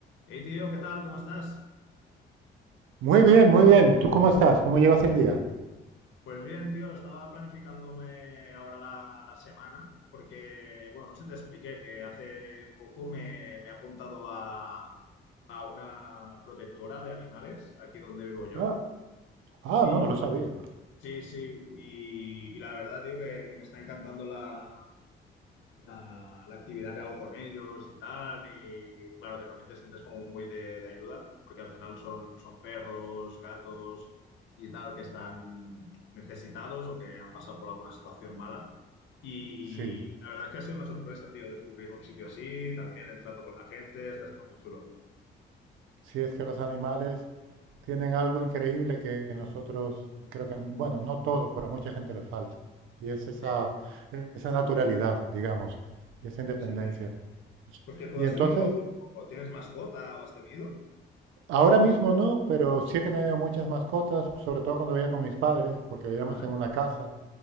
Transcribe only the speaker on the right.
Muy bien, muy bien. ¿Tú cómo estás? ¿Cómo llevas el día?
Ah, ah,
no, no lo sabía.
Sí,
sí, es que los animales tienen algo increíble que nosotros, creo que, bueno, no todos, pero a mucha gente le falta. Y es esa,
esa naturalidad, digamos, y esa
independencia.
Y
entonces,
ahora mismo no, pero sí que he tenido muchas mascotas, sobre todo cuando vivía con mis padres, porque vivíamos
en una casa.